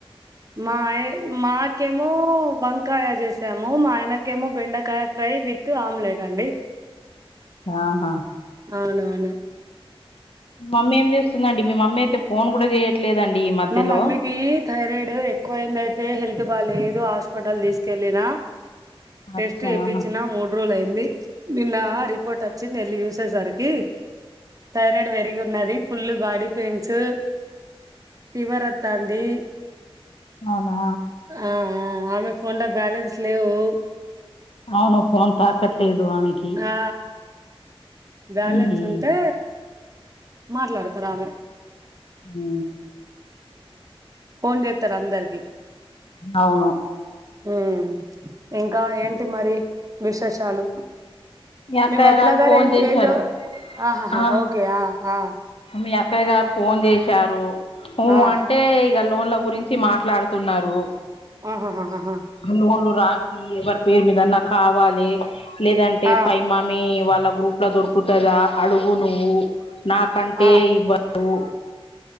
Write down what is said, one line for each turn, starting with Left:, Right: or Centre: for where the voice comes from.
Right: మాయ మాకేమో వంకాయ చేసాము, మా ఆయనకేమో బెండకాయ ఫ్రై విత్ ఆమ్లెట్ అండి.
Left: ఆహా
Right: అవున అవును.
Left: మమ్మీ ఏం చేస్తుందండి? మీ మమ్మీ అయితే ఫోన్ కూడా చేయట్లేదండి ఈ మధ్యలో.
Right: మా మమ్మీకి థైరాయిడ్ ఎక్కువ అయింది అయితే హెల్త్ బాలేదు హాస్పిటల్ తీసుకెళ్ళిన. టెస్ట్
Left: అచ్చాహా
Right: చేపిచ్చినా మూడు రోజులు అయింది నిన్న రిపోర్ట్ అ చ్చింది, వెళ్లి చూసేసరికి థైరాయిడ్ పెరిగి ఉన్నది ఫుల్ బాడీ పెయిన్స్. ఫీవర్ వత్తాంది.
Left: అవునా
Right: ఆ ఆ ఆమె ఫోన్ల బ్యాలెన్స్ లేవు.
Left: అవును ఫోన్ తాకట్లేదు ఆమెకి.
Right: ఆ బ్యాలెన్స్
Left: ఉమ్
Right: ఉంటే మాట్లాడతరు ఆమె.
Left: ఉ
Right: ఫోన్ చేత్తన్నా అందరికి.
Left: అవును
Right: హ్ ఇంకా ఏంటి మరి విశేషాలు?
Left: అక్కయ్య
Right: మీ వదిన గారు
Left: ఫోన్
Right: ఏం
Left: చేశారు
Right: ఏం చది ఆహహా
Left: ఆ
Right: ఓకే ఆ ఆ
Left: మీ అక్కయ్య గారు ఫోన్ చేశారు, ఉ అన్
Right: ఆ
Left: అంటే ఇగ లోన్ల గురించి మాట్లాడుతున్నారు.
Right: ఆహాహహహ
Left: లోన్లు రాకి ఎవరి పేరు మీదన్నా కావాలి లేదంటే
Right: ఆ
Left: పైమా మీ వాళ్ళ గ్రూప్ల దొరుకతదా అడుగు నువ్వు నాకంటే.
Right: ఆ
Left: రు